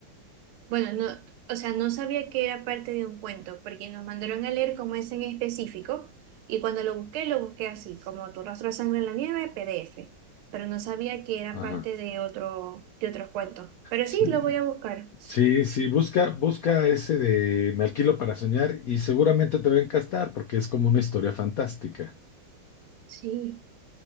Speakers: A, on the right (about 85°); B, on the left (about 85°).
A: Bueno, no, o sea, no sabía que era parte de un cuento, porque nos mandaron a leer como ese en específico, y cuando lo busqué, lo busqué así, como Tu rastro de sangre en la nieve, PDF. pero no sabía que era
B: Ajá.
A: parte de otro, de otros cuentos. Pero
B: Sí,
A: sí, lo voy a buscar.
B: sí, sí, busca, busca ese de Me alquilo para soñar y seguramente te va a encastar porque es como una historia fantástica.
A: Sí,